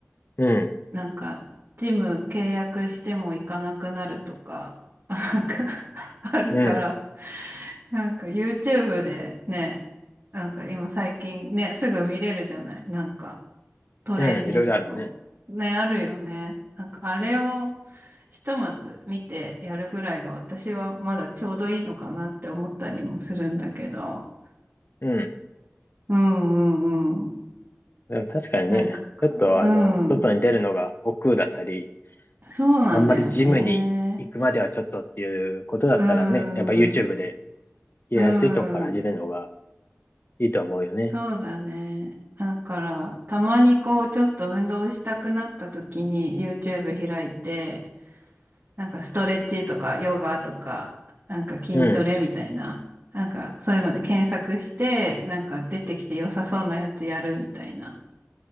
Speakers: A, on the left (about 45°); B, on the right (about 50°).
A: うん、
B: なんか、ジム契約しても行かなくなるとか、<laughs> なんか <laughs> あるから、
A: うん、
B: なんか YouTube でね、なんか今最近ね、すぐ見れるじゃない。なんか、トレーニングの、
A: うん、いろいろあるね。
B: ね、あるよね。なんかあれをひとまず見てやるぐらいが私はまだちょうどいいのかなって思ったりもするんだけど。
A: うん。
B: うんうんうん。
A: でも確かにね、
B: なんか、
A: ちょっとあの、
B: うん。
A: 外に出るのが億劫だったり、
B: そうなんだよね。
A: あんまりジムに行くまではちょっとっていうことだったらね、
B: うん。
A: やっぱ YouTube でやりやすいとこから始めるのが
B: うん。
A: いいとは思うよね。
B: そうだね。だから、たまにこう、ちょっと運動したくなった時に YouTube 開いて、なんかストレッチとかヨガとか、なんか筋トレみたいな、
A: うん、
B: なんかそういうので検索して、なんか出てきて良さそうなやつやるみたいな